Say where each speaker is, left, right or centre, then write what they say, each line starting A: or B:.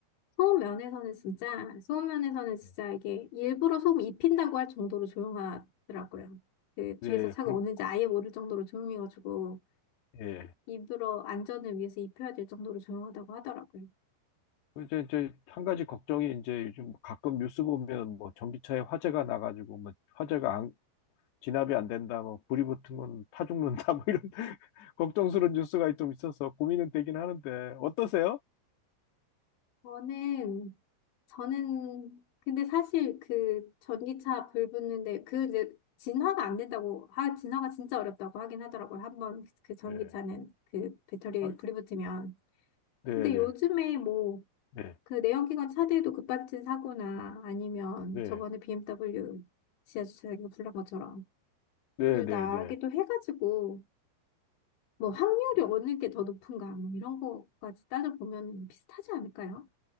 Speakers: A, on the left (about 85°); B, on the left (about 70°).
A: 소음 면에서는 진짜, 소음 면에서는 진짜
B: 예,
A: 이게 일부러 소음 입힌다고 할 정도로 조용하더라고요. 그 뒤에서
B: 예,
A: 차가
B: 그렇,
A: 오는지 아예 모를 정도로 조용해가지고
B: 예.
A: 일부러 안전을 위해서 입혀야 될 정도로 조용하다고 하더라고요.
B: 이제, 이제 한 가지 걱정이 이제 요즘 가끔 뉴스 보면 뭐 전기차에 화재가 나가지고 뭐 화재가 안, 진압이 안 된다, 뭐 불이 붙으면 타 죽는다, <laughs> 뭐 이런 <laughs> 걱정스러운 뉴스가 좀 있어서 고민은 되긴 하는데 어떠세요?
A: 저는 저는 근데 사실 그 전기차 불 붙는데 그 이제 진화가 안 된다고 하 진화가 진짜 어렵다고 하긴 하더라고요. 한번 그 그 전기차는
B: 예.
A: 그 배터리에
B: 아,
A: 불이 붙으면.
B: 네,
A: 근데
B: 네.
A: 요즘에 뭐
B: 네,
A: 그 내연기관 차들도 급발진 사고나 아니면
B: 네,
A: 저번에 BMW 지하주차장에서 불난 것처럼
B: 네,
A: 불
B: 네,
A: 나기도
B: 네.
A: 해가지고 뭐 확률이 어느 게 더 높은가 뭐 이런 거까지 따져보면 비슷하지 않을까요?